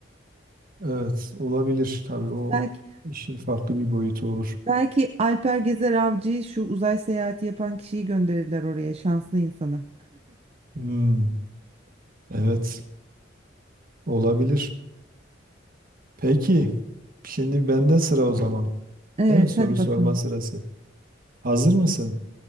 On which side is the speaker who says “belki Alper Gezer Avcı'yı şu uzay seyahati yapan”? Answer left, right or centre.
Right